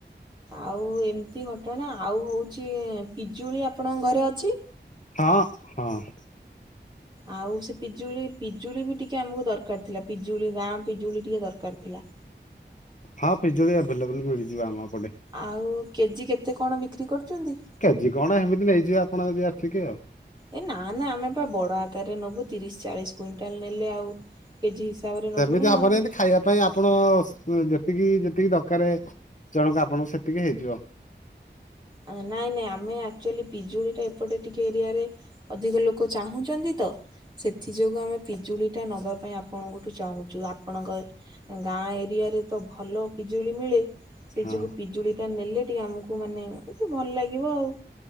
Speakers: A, on the right (about 25°); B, on the left (about 40°).
A: ଆଉ ଏମିତି ଘଟଣା ଆଉ ହଉଛି ପିଜୁଳି ଆପଣଙ୍କ ଘରେ ଅଛି।
B: ହଁ ହଁ।
A: ଆଉ ସେ ପିଜୁଳି ପିଜୁଳି ବି ଟିକେ ଆମକୁ ଦରକାର ଥିଲା ପିଜୁଳି ଗାଁ ପିଜୁଳି ଟିକେ ଦରକାର ଥିଲା।
B: ହଁ ପିଜୁଳି ଆଭେଲେବୁଲ ମିଳିଯିବ ଆମପଟେ
A: ଆଉ କେଜି କେତେ କଣ ବିକ୍ରି କରୁଛନ୍ତି।
B: କେଜି କଣ ଏମିତି ନେଇଯିବେ ଆପଣ ଯଦି ଆସିକି ଆଉ।
A: ଏ ନା ନା ଆମେ ପା ବଡ ଆକାରରେ ନବୁ ତିରିଶ ଚାଳିଶ କୁଇଣ୍ଟାଲ ନେଲେ ଆଉ କେଜି ହିସାବରେ
B: ସେମିତି
A: ନବୁ ନା
B: ହବନି
A: ଆଉ।
B: ଏମିତି ଖାଇବା ପାଇଁ ଆପଣ ଯେତିକି ଯେତିକି ଦରକାର, ଜଣକା ଆପଣଙ୍କ ସେତିକି ହେଇଯିବ।
A: ଅଁ ନାଇ ନାଇ ଆମେ ଆକ୍ଚୁଆଲି ପିଜୁଳି ଟା ଏପଟେ ଟିକେ ଏରିଆରେ ଅଧିକ ଲୋକ ଚାହୁଁଛନ୍ତି ତ ସେଥି ଯୋଗୁ ଆମେ ପିଜୁଳି ଟା ନବା ପାଇଁ ଆପଣଙ୍କଠୁ ଚାହୁଁଛୁ। ଆପଣଙ୍କ ଗାଁ ଏରିଆ ରେ ତ ଭଲ ପିଜୁଳି ମିଳେ। ସେ
B: ହଁ
A: ଯୋଗୁ ପିଜୁଳି ଟା ନେଲେ ଟିକେ ଆମକୁ ମାନେ ଟିକେ ଭଲ ଲାଗିବ ଆଉ।